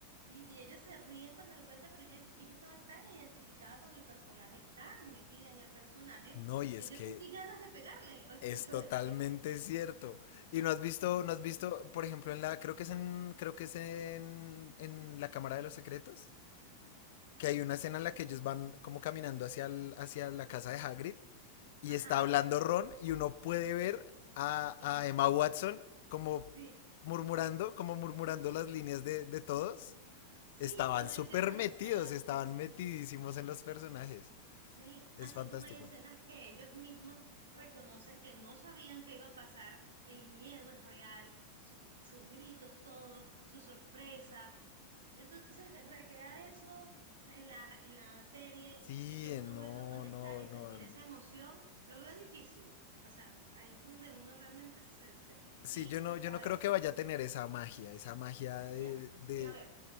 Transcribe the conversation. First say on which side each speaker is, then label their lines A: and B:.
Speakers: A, on the right; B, on the left.
A: Y, y ellos se ríen cuando lo cuentan, pero ella dice, es que yo estaba tan identificada con el personaje, tan metida en el personaje,
B: No, y
A: que
B: es
A: yo
B: que
A: sentí ganas de pegarle, <laughs> o sea,
B: Es
A: yo
B: totalmente
A: le pegué.
B: cierto. Y no has visto, no has visto, por ejemplo, en la, creo que es en, creo que es en, en la Cámara de los Secretos, que hay una escena en la que ellos van como caminando hacia, el- hacia la casa de Hagrid y
A: Ajá,
B: está hablando Ron y uno puede ver a,
A: el,
B: a Emma Watson como
A: sí,
B: murmurando, como murmurando las líneas de, de todos.
A: sí,
B: Estaban
A: como diciendo,
B: súper metidos,
A: o sea,
B: estaban metidísimos en los personajes.
A: sí,
B: Es
A: así
B: fantástico.
A: como hay escenas que ellos mismos reconocen que no sabían qué iba a pasar, el miedo es real, sus, sus gritos, todo, su sorpresa, Entonces, recrear eso en la, en la serie
B: Sí,
A: y que uno
B: eh, no,
A: vuelva a conectar
B: no,
A: y sentir
B: no.
A: esa emoción, lo veo difícil. O sea, ahí es donde uno realmente se... se-
B: Sí,
A: Y,
B: yo
A: y
B: no, yo
A: a
B: no
A: ver,
B: creo que vaya a tener esa magia, esa magia de,
A: ya,
B: de...
A: y a ver,